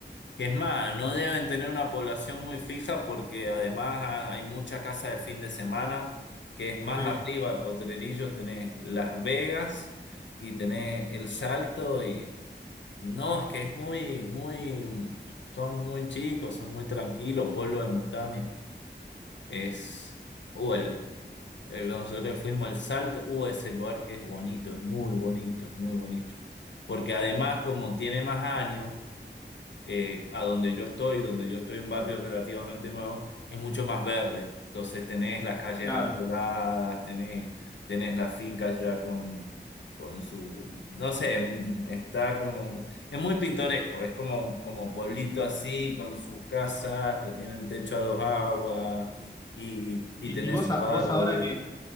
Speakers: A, on the left; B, on the left.
A: que es más, no deben tener una población muy fija porque además ha- hay mucha casa de fin de semana que es más
B: Sí,
A: arriba de Potrerillos. Tenés Las Vegas y tenés El Salto y no, es que es muy, muy, son muy chicos, son muy tranquilos, pueblos de montaña. Es, uh, el, el- nosotros fuimos al Salto, uh, ese lugar que es bonito, es muy bonito, es muy bonito. Porque además, como tiene más años, eh, a donde yo estoy, donde yo estoy un barrio relativamente nuevo, es mucho más verde. Entonces tenés las calles
B: claro.
A: arboladas, tenés, tenés la finca ya con, con su, no sé, m- está como, es muy pintoresco, es como, como pueblito así, con sus casas que tienen techo a dos aguas y,
B: ¿Y,
A: y tenés
B: y vos, a-
A: sus árboles.
B: vos ahora que